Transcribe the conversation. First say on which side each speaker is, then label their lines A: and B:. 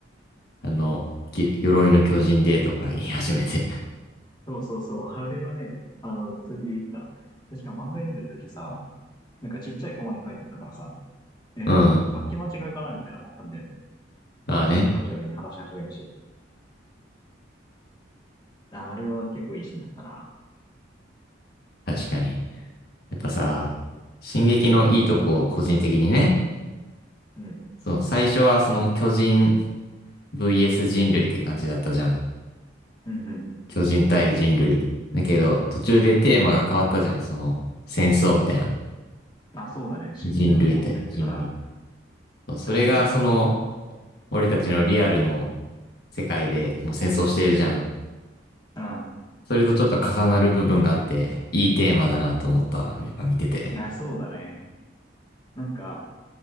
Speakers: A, on the left (about 55°); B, on the left (about 25°).
A: あの、ぎ鎧の巨人でとか言い始めて。
B: そうそうそう。<laughs> あれはね、あの、普通にビビった。しかも漫画読んでる時さ、なんかちっちゃいコマに書いてあったからさ、え、
A: <laughs>
B: 何これ書き間違いかなみたいな思ったんだよね。
A: うん。ああね。
B: 普通にカジュアルに話し始めたし。ああれは結構いいシーンだったな。
A: 確かに。やっぱさ、進撃のいいとこを個人的にね。
B: うん。
A: そう、最初はその巨人 VS 人類って感じだったじゃん。
B: うん
A: 巨人対人類。だけど、途中でテーマが変わったじゃん。
B: うん。うん。
A: その、戦争みたいな。
B: あ、そうだね。シーズン4に入ってから
A: 人類対人類。そうそれがその、
B: 買ったね。
A: 俺たちのリアルの世界でもう戦争しているじゃん。
B: うん。
A: それとちょっと重なる部分があって、いいテーマだなと思ったわ。やっぱ見てて。
B: いや、そうだね。なんか、